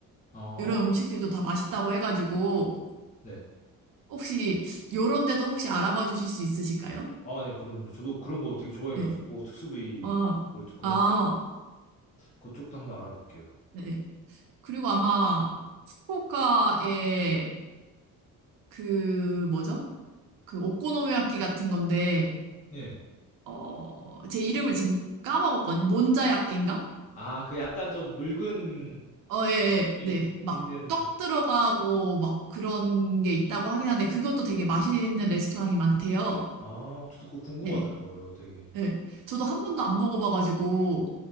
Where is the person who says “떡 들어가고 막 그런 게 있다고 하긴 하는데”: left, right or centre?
Right